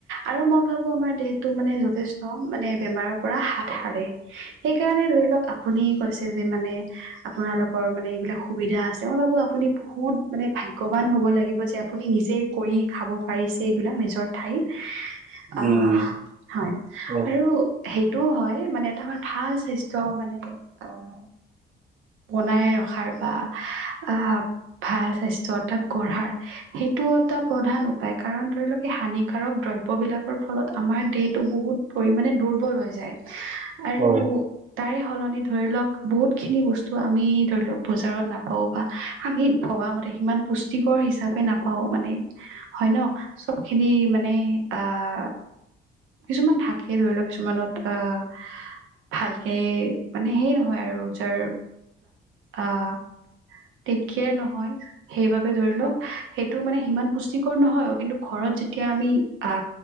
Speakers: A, on the right; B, on the right.
A: আৰু মই ভাবো আমাৰ দেহটো মানে যথেষ্ট মানে বেমাৰৰ পৰা হাত সাৰে সেইকাৰণে ধৰি লওক আপুনি কৈছে যে মানে আপোনালোকৰ মানে এইবিলাক সুবিধা আছে মই ভাবো আপুনি বহুত মানে ভাগ্যৱান হ'ব লাগিব যে আপুনি নিজেই কৰি খাব পাৰিছে এইবিলাক নিজৰ ঠাইত,
B: উম
A: আহ, হয়
B: হয়
A: আৰু এইটো হয় মানে এটা আমাৰ ভাল স্বাস্থ্য মানে আহ বনাই ৰখাৰ বা আহ ভাল স্বাস্থ্য অথা গঢ়াৰ সেইটো এটা প্ৰধান উপায় কাৰণ ধৰি লওক এই হানিকাৰক দ্ৰব্যবিলাকৰ ফলত আমাৰ দেহটো বহুত পৰিমাণে দুৰ্বল হৈ যায় আৰু
B: হয়
A: তাৰে সলনি ধৰি লওক বহুত খিনি বস্তু তো আমি ধৰি লওক বজাৰত নাপাওঁ বা আমি ভবামতে সিমান পুষ্টিকৰ হিচাপে নাপাওঁ মানে হয় ন চব খিনি মানে আহ কিছুমান শাকে ধৰি লওক কিছুমানত আহ ভালকে মানে সেই নহয় আৰু যাৰ আহ তেক কেয়াৰ নহয় সেইবাবে ধৰি লওক সেইটো মানে সিমান পুষ্টিকৰ নহয় কিন্তু ঘৰত যেতিয়া আমি আ